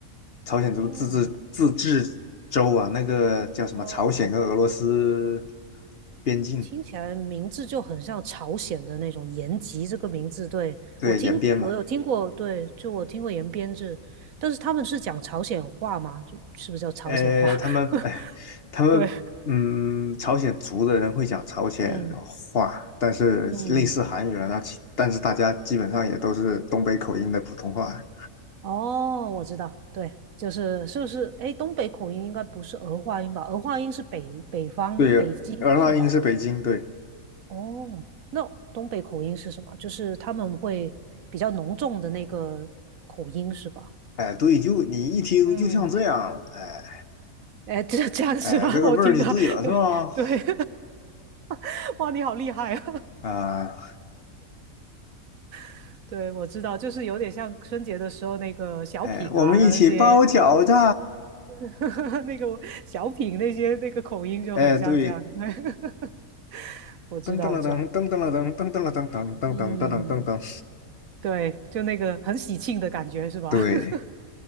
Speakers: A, on the left; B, on the right.
A: 朝鲜族自治自治州啊，
B: 哦
A: 那个叫什么？
B: 哦，
A: 朝鲜跟俄罗斯边境，
B: 听起来名字就很像朝鲜的那种延吉这个名字。对，
A: 对，
B: 我听我有听过，
A: 延边嘛。
B: 对，就我听过延边这，但是他们是讲朝鲜话吗？就是不是叫朝鲜话？
A: 呃，他们，
B: <laughs>
A: 哎，他们，
B: 对，
A: 嗯，朝鲜族的人会讲朝鲜话，
B: 嗯
A: 但是类似韩语了，
B: 嗯。
A: 那其但是大家基本上也都是东北口音的普通话。
B: 哦，我知道，对，就是是不是？哎，东北口音应该不是儿化音吧？儿化音是北北方北京是吧？
A: 对，儿化音是北京，对，
B: 哦，那东北口音是什么？就是他们会比较浓重的那个口音是吧？
A: 哎，对，就你一听就像这样，
B: 嗯，
A: 哎
B: 哎，这这样是吧？
A: 哎，这个味儿就对了，
B: <laughs> 我听到，
A: 是吧？
B: 对对，<laughs> 哇，你好厉害啊！
A: 啊，
B: <laughs> 对，我知道，就是有点像春节的时候那个小品啊，
A: 哎，我们一起包饺子，
B: 那些 <laughs> 那个小品那些那个口音就很像这样。
A: <laughs> 哎，对，
B: <laughs> 我知道，
A: 噔噔了噔，
B: 我知道。
A: 噔噔了噔，噔噔了噔噔噔噔噔噔噔，
B: 嗯，对，就那个很喜庆的感觉是吧？
A: 对。
B: <laughs>